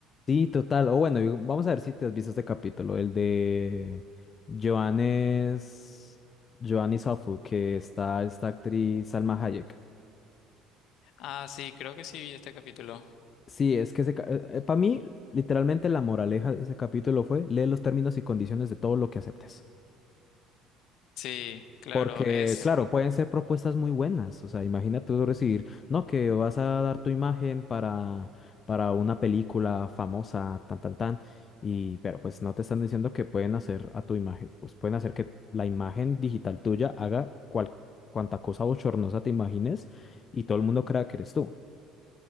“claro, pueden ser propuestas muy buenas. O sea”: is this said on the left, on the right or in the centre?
Left